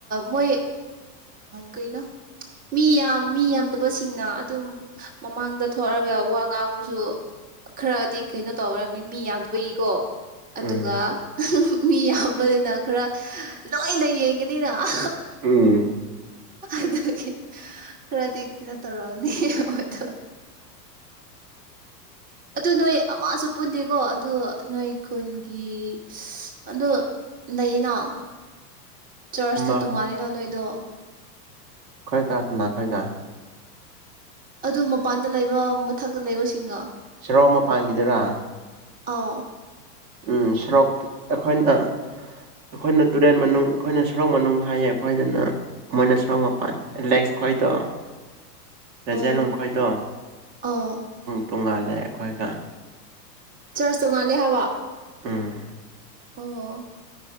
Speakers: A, on the right; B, on the right.
A: ꯃꯣꯏ ꯀꯩꯅꯣ ꯃꯤ ꯌꯥꯝ ꯃꯤ ꯌꯥꯝꯗꯕꯁꯤꯡꯅ ꯑꯗꯨꯝ ꯃꯃꯥꯡꯗ ꯊꯣꯛꯑꯒ ꯋꯥ ꯉꯥꯡꯕꯁꯨ ꯈꯔꯗꯤ ꯀꯩꯅꯣ ꯇꯧꯔ ꯃꯤ ꯃꯤ ꯌꯥꯝꯟꯊꯕ ꯏꯀꯣ ꯑꯗꯨꯒꯒ
B: ꯎꯝ
A: ꯃꯤ ꯌꯥꯝꯕꯅꯤꯅ ꯈꯔ ꯂꯣꯏꯅ ꯌꯦꯡꯒꯅꯤꯅ ꯑ
B: ꯎꯝ
A: ꯑꯗꯨꯒꯤ ꯈꯔꯗꯤ ꯀꯩꯅꯣ ꯇꯧꯔꯅꯤ ꯃꯣꯏꯗꯣ ꯑꯗꯨ ꯅꯣꯏ ꯑꯃꯁꯨ ꯄꯨꯟꯗꯦꯀꯣ ꯑꯗꯨ ꯅꯣꯏ ꯈꯨꯟꯒꯤ ꯑꯗꯨ ꯂꯩꯌꯦꯅ ꯆꯔꯆꯇ
B: ꯃꯥ
A: ꯇꯣꯡꯉꯥꯜꯂꯤꯅꯣ ꯅꯣꯏꯗꯣ
B: ꯈꯣꯏ ꯆꯅꯥ ꯈꯣꯏ ꯆ
A: ꯑꯗꯨ ꯃꯄꯥꯟꯗ ꯂꯩꯕ ꯃꯊꯛꯇ ꯂꯩꯕꯁꯤꯡꯒ
B: ꯁꯔꯥꯎ ꯃ ꯄꯥꯟꯈꯤꯗꯔ
A: ꯑꯥ
B: ꯎ ꯁꯣꯔꯣꯛ ꯑꯩꯈꯣꯏꯅ ꯑꯩꯈꯣꯏꯅ ꯇꯨꯔꯦꯟ ꯃꯅꯨꯡ ꯑꯩꯈꯣꯏꯅ ꯁꯣꯔꯣꯛ ꯃꯅꯨꯡ ꯍꯥꯏꯌꯦ ꯑꯩꯈꯣꯏꯗꯅ ꯃꯣꯏꯅ ꯁꯣꯔꯣꯛ ꯃꯄꯥꯟ ꯑꯦꯂꯦꯛꯁ ꯈꯣꯏꯗꯣ ꯔꯖꯦꯟꯈꯣꯏꯗꯣ
A: ꯑꯣ ꯑꯣ
B: ꯇꯣꯡꯉꯥꯜꯂꯦ ꯑꯩꯈꯣꯏꯒ
A: ꯆꯔꯆ ꯇꯣꯉꯜꯂꯦ ꯍꯥꯏꯕ
B: ꯑꯥ
A: ꯑꯣ